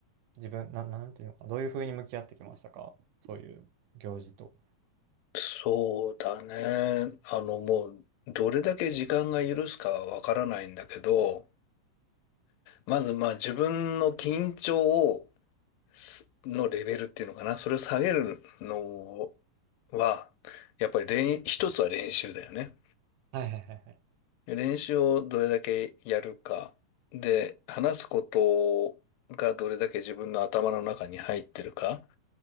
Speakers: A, on the right; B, on the left.
A: 自分、な、なんていうのかな、どういうふうに向き合ってきましたかそういう行事と。
B: そうだね。あの、もう、どれだけ時間が許すかはわからないんだけど、まず、まあ、自分の緊張を、すのレベルっていうのかな。それを下げるのは、やっぱり練、一つは練習だよね。
A: はいはいはいはい。
B: 練習をどれだけやるか。で、話すことがどれだけ自分の頭の中に入ってるか。